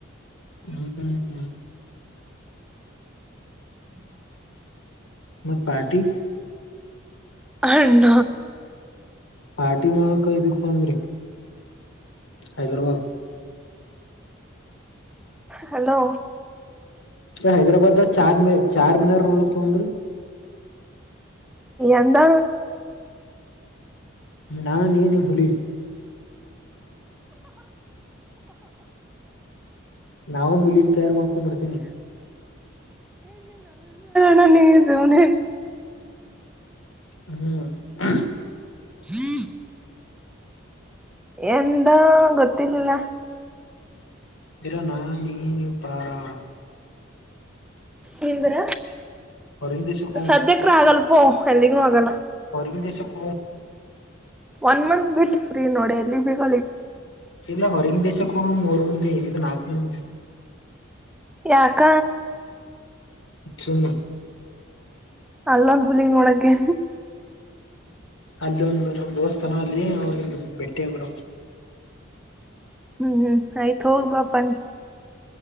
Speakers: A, on the left (about 75°); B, in the centre.
A: ಹ್ಮ್್ಮ್ಮ
B: ಹ್ಮ್
A: ಮತ್ತ ಪಾರ್ಟಿ
B: ಅ ನ
A: ಪಾಟಿ ಮಳಕ ಇದು ಕಂಬರಿ ಹೈದರಾಬಾಾದ್
B: ಹಲೋ
A: ಹೈದ್ರಾಬಾದ್ ಚಾರ್ ಮ ಚಾರ್ ಮಿನಾರ ನೋಡ್ಡಕಂಬ್ರಿ
B: ಎಂತ
A: ನಾ ನೀ ನೀ ಭೂಲಿ ನವುನ್ ಹಲಿ ತಾರ ಮಾಡಳಕುಂಬತನಿ
B: ಣ ನೀಸನ
A: ಹ
B: ಹೀ ಎಂದ ಗೊತ್ತಲಿಲ್ಲ
A: ಬರಾ ನಾ ನೀ ನೀ ಪಾರಾ
B: ನಿಂದರ
A: ಹೊರಗಿನ ದೇಶಕ್ಕೆ ಹೋಗಂ
B: ಸದ್ಯಕ್ರ ಆಗಲ್ಪೋ ಎಲ್ಲಿಗ್ನುೂ ಆಗಲ್ಲ
A: ಎ ದೇಶಕ್ಕ
B: ಒನ್ ಮಂತ್ ಬಿಟ್ಟ ಫ್ರೀ ನೋಡಿ ಎಲ್ಲಿ ಬಗ
A: ಇಲ್ಲ ಹೊರಗಿನ ದೇಶಕ್ಕೂಹ ಮೂರು ಮಂದಿ ಇಗ ನಾಲ್ಕು ಮಂದಿ
B: ಯಾಕ
A: ಜುಮ್ಮ
B: ಅಲ್ಲಂದ ಹುಲಿಗ್ ನೋಡಕೇ
A: ಅಲ್ಲಿೊಂದು ನಮ ದೋಸ್ಥಾನ ಅಲ್ಲಿ ಅವನು ಬೆಟ್ಟಿ ಬರ
B: ಹ್ಮ್ ಹ್ಮ್ ಆಯ್ತ್ು ಹೋಗ್ ಬಾಪಾನ